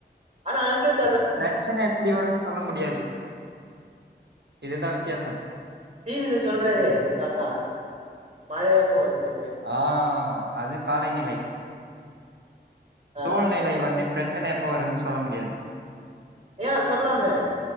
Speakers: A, on the right (about 30°); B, on the right (about 80°).
A: ஆனா அங்கில்
B: பிரச்சனை எப்படி வரும்ன்னு சொல்ல முடியாது இதுேதான் வித்தியாசம்
A: டிவில சொல்றாறு தாத்தா மழை எப்ப வருதுன்னு
B: ஆ ஆ அது காலைநிலை சூழ்நிலை
A: ஆ
B: வந்து பிரச்சனை எப்ப வருதுன்னு சொல்ல முடியாது
A: ஏன் சொல்லாமே